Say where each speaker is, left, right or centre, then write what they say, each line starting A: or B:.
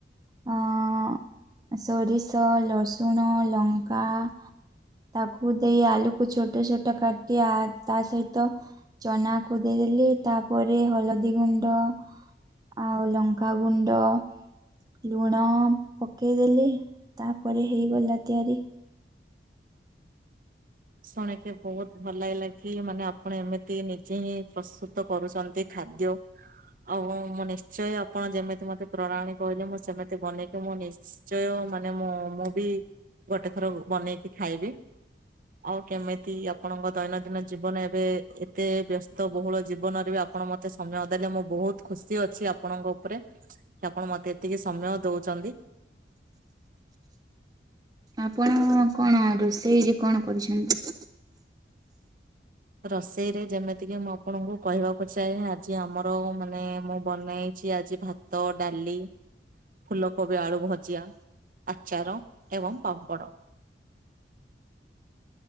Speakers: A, on the right; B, on the right.
A: ହଁ ସୋରିଷ, ରସୁଣ, ଲଙ୍କା ତାକୁ ଦେଇ ଆଳୁକୁ ଛୋଟ ଛୋଟ କାଟି ଆ ତା ସହିତ ଚନାକୁ ଦେଇଦେଲି ତାପରେ ହଳଦୀ ଗୁଣ୍ଡ ଆଉ ଲଙ୍କାଗୁଣ୍ଡ ଲୁଣ ପକେଇଦେଲି ତାପରେ ହେଇଗଲା ତିଆରି।
B: ଶୁଣିକି ବହୁତ ଭଲ ଲାଗିଲା କି, ମାନେ ଆପଣ ଏମିତି ନିଜେ ହିଁ ପ୍ରସ୍ତୁତ କରୁଛନ୍ତି ଖାଦ୍ୟ। ଆଉ ହଁ ମୁଁ ନିଶ୍ଚୟ ଆପଣ ଯେମିତି ମତେ ପ୍ରଣାଳୀ କହିଲେ ମୁଁ ସେମିତି ବନେଇକି ମୁଁ ନିଶ୍ଚ ନିଶ୍ଚୟ ମାନେ ମୁଁ, ମୁଁ ବି ଗୋଟେ ଥର ବନେଇକି ଖାଇବି ଆଉ କେମିତି ଆପଣଙ୍କ ଦୈନନ୍ଦିନ ଜୀବନ ଏବେ ଏତେ ବ୍ୟସ୍ତ ବହୁଳ ଜୀବନରେ ବି ଆପଣ ମତ ମତେ ସମୟ ଦେଲେ, ମୁଁ ବହୁତ ଖୁସି ଅଛି ଆପଣଙ୍କ ଉପରେ କି ଆପଣ ମତେ ଏତିକି ସମୟ ଦଉଚନ୍ତି।
A: ଆପଣ କଣ ରୋଷେଇରେ କଣ କରିଛନ୍ତି?
B: ରୋଷେଇରେ ଯେମିତିକି ମୁଁ ଆପଣଙ୍କୁ କହିବାକୁ ଚାହେଁ, ଆଜି ଆମର ମାନେ ମୁଁ ବନେଇଛି ଆଜି ଭାତ ଭାତ, ଡ଼ାଲି ଫୁଲକୋବି ଆଳୁ ଭଜିଆ, ଆଚାର ଏବଂ ପାମ୍ପଡ଼।